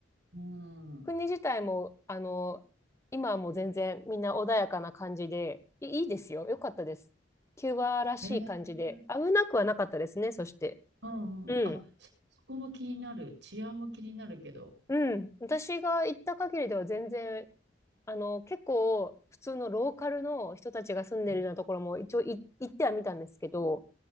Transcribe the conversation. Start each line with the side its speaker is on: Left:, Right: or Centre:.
Right: うん。
Left: 国自体も、あの、今はもう全然みんな穏やかな感じで、いいいですよ。よかったです。キューバらしい感じで、
Right: ええ
Left: 危なくはなかったですね、そして。
Right: うんうん。
Left: うん。
Right: あ、そ、そこも気になる。治安も気になるけど。
Left: うん。私が行った限りでは全然、あの、結構普通のローカルの人たちが住んでるようなところも一応い行ってはみたんですけど、
Right: うん。